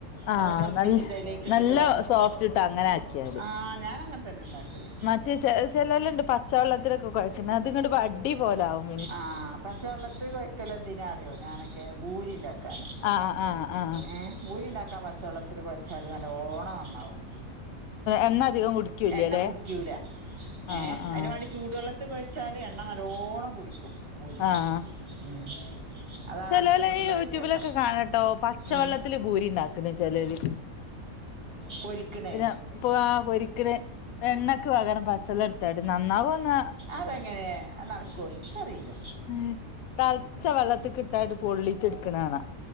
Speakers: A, on the left; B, on the right.
A: ആഹ്
B: വെള്ളം തിളപ്പിച്ചിട്ട്
A: നല്ല
B: അയ്ലേക്കിട്ടിട്ട്
A: നല്ല
B: വാട്ടും.
A: സോഫ്റ്റ് ഇട്ട് അങ്ങനെ ആക്കിയാല്
B: ആഹ് ഞാനങ്ങനെതന്നെ ഇണ്ടാക്കല്.
A: റ്റ് ചെലോല്ണ്ട് പച്ചവെള്ളത്തിലൊക്കെ കൊഴച്ച്ണ്. അത്ങ്ങട് വാട്ട് ടി പോലാവും.
B: ആഹ് പച്ചവെള്ളത്തി കൊയക്കലെന്തിനാ അറിയോ ഞാനൊക്കെ, ഭൂരിണ്ടാക്കാന്.
A: ആഹ് ആഹ് ആഹ്
B: ഏഹ്. ഭൂരിണ്ടാക്കാൻ പച്ചവെള്ളത്തില് കൊഴച്ചാല് നല്ലോണം നന്നാവും.
A: എണ്ണ അധികം കുടിക്കൂല്ലല്ലേ
B: എണ്ണ കുടിക്കൂല.
A: ആഹ്
B: ഏഹ്.
A: ആഹ്
B: അയ്‌ന് വാണ്ടി ചൂടുവെള്ളത്ത് കൊയച്ചാല് എണ്ണ നല്ലോണം കുടിക്കും ഭൂരി.
A: ആഹ്
B: ഉം. അതാണ്
A: ചെലോല്
B: അങ്ങോട്ടും ഇങ്ങോട്ടുള്ള
A: യൂട്യൂബിലൊക്കെ
B: വ്യത്യാസം
A: കാണാട്ടോ പച്ചവെള്ളത്തില്
B: ഉം
A: ഭൂരിണ്ടാക്കണ് ചെലര്.
B: പൊരിക്കണേ
A: പിന്നെ ഇപ്പൊ ആ പൊരിക്കിണ്. എണ്ണക്ക് പകരം പച്ചള്ളം എടുത്താട്. നന്നാവെന്ന
B: അതെങ്ങനെ? അത് നടക്കോ? ഇനിക്കറിയില്ല.
A: ആഹ് തെളച്ച വെള്ളത്തിക്കിട്ടായിട്ട് പൊള്ളിച്ചെടുക്കണാണാ.